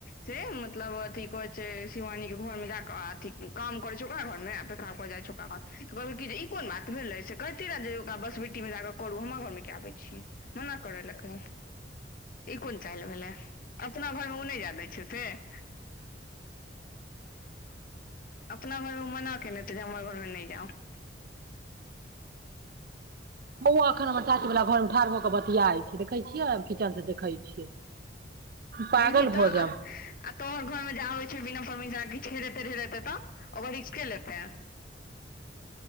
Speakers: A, on the left; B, on the right.
A: से मतलब अथी कहै छै शिवानी के घर मे जाक अथी काम करै छै ओकरा घर मे पेसाब कऽ जाइ छै ओकरा घर तऽ कहलकै ई कोन बात भेल रहे से कैहती रह से ओकरा बस बिट्टी मे जाक करू हमर घर मे किया आबै छीयै मना करे लै कहिन ई कोन चालि भेलै एतना घर मे ओ नहि जाय दै छौ से <inaudible> अपना घर मे मना केने हेतै जे हमर घर मे नहि जाउ
B: बोआ एखन हमर चाची वाला घरमे ठाढ़ भऽ कऽ बतियाइत छै देखै छियै हम किचन से देखै छियै पागल
A: बझही तऽ
B: भऽ जायब
A: आ आ तोहर घर मे जे आबै छौ बिना परमिसन के किछ हैरेतै ढेरेतै तब ओकर रिक्स के लेतेै <unintelligible>